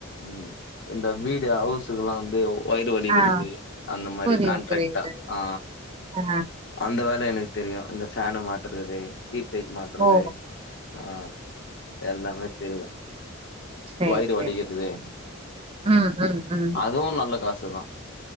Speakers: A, on the left; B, on the right.
A: ம் இந்த வீடு ஹவுஸுக்ல்லா வந்து ஒயிடு வடிக்குறது
B: ஆ
A: அந்த மாரி
B: புரியுது
A: காண்ட்ராக்டா
B: புரியுது
A: ஆ
B: ஆ
A: அந்த வேல எனக்கு தெரியு இந்த ஃபேன மாட்டுறது டீப் லைட் மாட்டுறது
B: ஓ
A: ஆ எல்லாமே தெரியு
B: சரி
A: வொயிடு
B: சரி
A: வடிக்கட்து
B: ம் ம் ம்
A: அதுவு நல்ல காசுதா